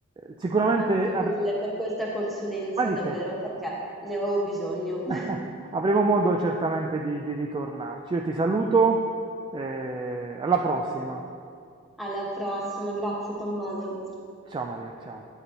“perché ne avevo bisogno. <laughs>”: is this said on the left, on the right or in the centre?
Centre